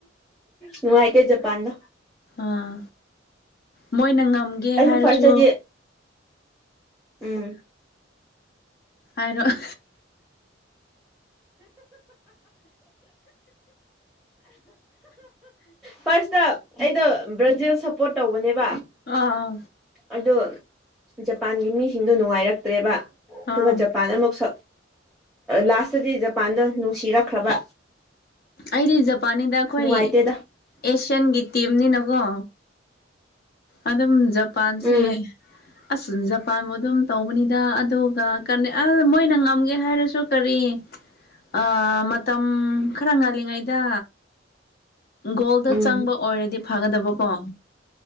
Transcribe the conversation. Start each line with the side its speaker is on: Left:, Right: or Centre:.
Centre: ꯅꯨꯡꯉꯥꯢꯇꯦ ꯖꯄꯥꯟꯗꯣ
Left: ꯑꯥ ꯃꯣꯏꯅ ꯉꯝꯒꯦ
Centre: ꯑꯩꯁꯨ
Left: ꯍꯥꯏꯔꯁꯨ
Centre: ꯐꯥꯔꯁꯇꯗꯤ ꯎꯝ
Left: ꯍꯥꯏꯔꯣ <inaudible>
Centre: ꯐꯥꯔꯁꯇ ꯑꯩꯗꯣ ꯕ꯭ꯔꯥꯖꯤꯜ ꯁꯄꯣꯔꯠ ꯇꯧꯕꯅꯦꯕ
Left: ꯑꯥ
Centre: ꯑꯗꯨ ꯖꯄꯥꯟꯒꯤ ꯃꯤꯁꯤꯡꯗꯣ ꯅꯨꯡꯉꯥꯏꯔꯛꯇ꯭ꯔꯦꯕ ꯑꯗꯨꯒ
Left: ꯑꯥ
Centre: ꯖꯄꯥꯟ ꯑꯃꯨꯛ ꯁ ꯂꯥꯁꯇꯗꯤ ꯖꯄꯥꯟꯗꯣ ꯅꯨꯡꯁꯤꯔꯛꯈ꯭ꯔꯕ
Left: ꯑꯩꯗꯤ ꯖꯄꯥꯟꯅꯤꯗ ꯑꯩꯈꯣꯏ
Centre: ꯅꯨꯡꯉꯥꯏꯇꯦꯗ
Left: ꯑꯦꯁꯤꯌꯥꯟꯒꯤ ꯇꯤꯝꯅꯤꯅꯀꯣ ꯑꯗꯨꯝ ꯖꯄꯥꯟꯁꯦ
Centre: ꯎꯝ
Left: ꯑꯁ ꯖꯄꯥꯟꯕꯨ ꯑꯗꯨꯝ ꯇꯧꯕꯅꯤꯗ ꯑꯗꯨꯒ ꯀ ꯑ ꯃꯣꯏꯅ ꯉꯝꯒꯦ ꯍꯥꯏꯔꯁꯨ ꯀꯔꯤ ꯑ ꯃꯇꯝ ꯈꯔ ꯉꯜꯂꯤꯉꯩꯗ ꯒꯣꯜꯗ
Centre: ꯎꯝ
Left: ꯆꯪꯕ ꯑꯣꯏꯔꯗꯤ ꯐꯒꯗꯕꯀꯣ